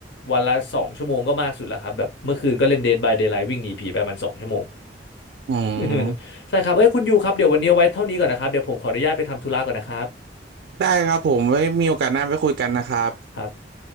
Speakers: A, on the left (about 80°); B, on the right (about 70°).
A: วันละสองชั่วโมงก็มากสุดแล้วครับแบบเมื่อคืนก็เล่น Dead by Daylight วิ่งหนีผีไปมันสองชั่วโมง
B: อืม
A: <laughs> ใช่ครับเอ้ยคุณยูครับเดี๋ยววันนี้เอาไว้เท่านี้ก่อนนะครับเดี๋ยวผมขออนุญาตไปทำธุระก่อนนะครับ
B: ได้ครับผมไว้มีโอกาสหน้าไปคุยกันนะครับ
A: ครับ